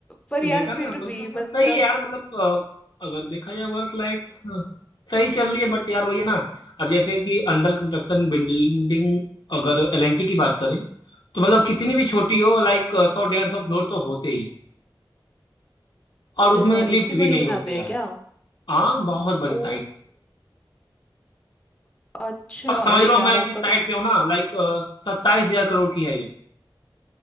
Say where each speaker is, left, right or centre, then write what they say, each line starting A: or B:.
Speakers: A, on the left (about 15°); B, on the left (about 65°).
A: पर
B: तो
A: यार
B: देखा ना
A: फिर
B: मतलब
A: भी मतलब
B: सही है यार मतलब अ, अगर देखा जाए वर्क लाइफ सही चल रही है बट यार वही है ना अब जैसे कि अंडर कंस्ट्रक्शन बिल्डिंग अगर एलएनटी की बात करें तो मतलब कितनी भी छोटी हो लाइक सौ डेढ़ सौ फ्लोर तो होते ही हैं और
A: अरे
B: उसमें
A: भाई
B: लिफ्ट
A: इतनी
B: भी
A: बड़ी
B: नहीं
A: बनाते
B: होती
A: हैं
B: यार
A: क्या
B: हाँ बहुत बड़ी
A: ओ
B: साइट
A: अच्छा
B: अब समझ
A: अरे
B: लो
A: यार
B: मैं
A: आपका
B: जिस साइट
A: तो
B: पे हूँ ना लाइक सत्ताईस हजार करोड़ की है ये